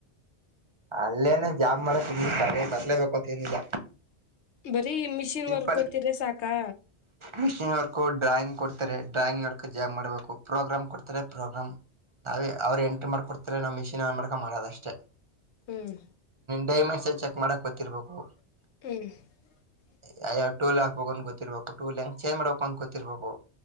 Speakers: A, on the right; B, on the left.
A: ಅಲ್ಲೇನ ಜಾಮ್ ಮಾಡೆ ಬರ್ಲೇಬೇಕತ್ ಏನಿಲ್ಲ
B: ಬರೀ ಮಿಷಿನ್
A: ಸಿಂಪಲ್
B: ವರ್ಕ್ ಗೊತ್ತಿದ್ರೆ ಸಾಕಾ
A: ಮಿಷಿನ್ ವರ್ಕ್ ಡ್ರಾಯಿಂಗ್ ಕೊಡ್ತಾರೆ ಡ್ರಾಯಿಂಗ್ ಮಾಡಾಕ ಜಾಗ್ ಮಾಡ್ಬೇಕು ಪ್ರೋಗ್ರಾಮ್ ಕೊಡ್ತಾರೆ ಪ್ರೋಗ್ರಾಮ್ ನಾವೇ ಅವ್ರು ಎಂಟ್ರಿ ಮಾಡ್ಕೊಡ್ತರ ನಾವವು ಮಿಷಿನ್ ಮಾಡ್ಕ ಮಾಡೋದಷ್ಟೇ
B: ಹ್ಮ್
A: ಡೈಮೆಂಡ್ಸ್ ಚೆಕ್ ಮಾಡಕ್ ಗೊತಿರ್ಬೇಕು
B: <unintelligible>
A: ಯಯಾವ ಟೋಲ್ ಕ್ಬೇಕಕ ಅ ಗೊತ್ತರ್ಬೇಕ ಟ ಲ್ಕ್ ಚೇ್ಬೇಕ ಅಂತ ಗ ತಿರ್ಬೇಕು